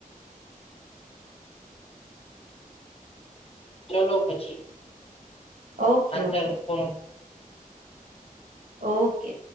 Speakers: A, on the left; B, on the right.
A: ચલો પછી.
B: ઓકે
A: અંતર
B: ઓકે
A: કો
B: ઓકે.